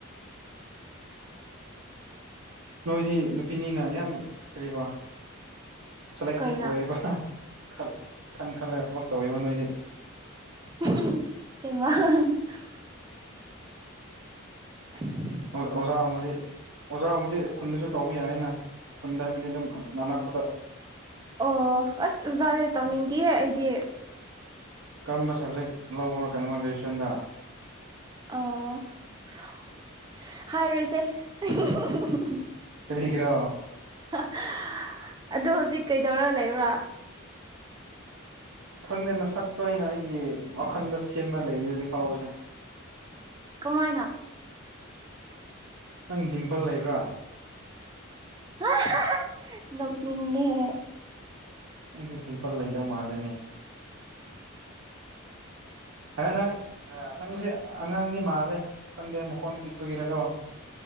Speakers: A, on the right (about 70°); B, on the right (about 20°).
A: ꯅꯣꯏꯗꯤ ꯅꯨꯄꯤꯅꯤꯅ ꯌꯥꯝ ꯀꯔꯤꯕ ꯁꯦꯂꯦꯛꯇꯤꯞ
B: ꯀꯩꯅꯣ
A: ꯑꯣꯏꯌꯦꯕ ꯍꯍ ꯈꯜ ꯈꯟ ꯈꯜꯂꯒ ꯊꯕꯛ ꯇꯧꯋꯦꯕ ꯅꯣꯏꯗꯤ
B: ꯑꯍꯨꯝ ꯍꯨꯝ ꯑꯁꯦꯡꯕ ꯍꯥ ꯍꯥ ꯍ <unintelligible>
A: ꯑꯣꯖꯥꯒꯨꯝꯕꯗꯤ ꯑꯣꯖꯥꯒꯨꯝꯕꯗꯤ ꯈꯨꯟꯗꯁꯨ ꯇꯧꯕ ꯌꯥꯏꯌꯦꯅ ꯈꯨꯟꯗ ꯍꯥꯏꯕꯗꯤ ꯑꯗꯨꯝ ꯑ ꯅꯅꯛ ꯄꯗ
B: ꯑꯣ ꯑꯁ ꯑꯣꯖꯥꯥꯖꯦ ꯇꯧꯅꯤꯡꯗꯤꯌꯦ ꯑꯩꯗꯤ
A: ꯀꯔꯝꯕ ꯁꯕꯖꯦꯛ ꯂꯧꯕ꯭ꯔꯥ ꯀꯅꯣꯃ ꯒ꯭ꯔꯦꯖꯨꯋꯦꯁꯟꯗ
B: ꯑꯣ ꯁꯁ ꯍꯥꯏꯔꯣꯏꯁꯦ ꯑꯍꯨꯡ ꯍꯨꯡ ꯑꯍꯨꯡ ꯍꯨꯡ ꯍꯨꯡ
A: ꯀꯔꯤꯒꯤꯔꯣ
B: ꯍꯍ ꯑꯗꯣ ꯍꯧꯖꯤꯛ ꯀꯩꯗꯧꯔ ꯂꯩꯕ꯭ꯔꯥ
A: ꯈꯪꯗꯦ ꯅꯁꯛꯇꯣ ꯑꯩꯅ ꯑꯩꯒꯤ ꯋꯥꯈꯟꯗ ꯁꯦꯝꯃ ꯂꯩꯔꯤ ꯍꯧꯖꯤꯛ ꯐꯥꯎꯕꯖꯦ
B: ꯀꯃꯥꯏꯅ
A: ꯅꯪ ꯗꯤꯝꯄꯜ ꯂꯩꯕ꯭ꯔꯥ
B: ꯍꯥ ꯍꯥ ꯍ ꯅꯣꯛꯅꯤꯡꯉꯦꯍꯦ
A: ꯅꯪꯖꯦ ꯗꯤꯝꯄꯜ ꯂꯩꯗꯧ ꯃꯥꯜꯂꯦꯅꯦ ꯑ ꯅꯪ ꯑ ꯅꯪꯁꯦ ꯑꯉꯥꯡꯗꯤ ꯃꯥꯜꯂꯦ ꯈꯪꯗꯦ ꯃꯈꯣꯟ ꯄꯤꯛꯄꯒꯤꯔ ꯀꯣ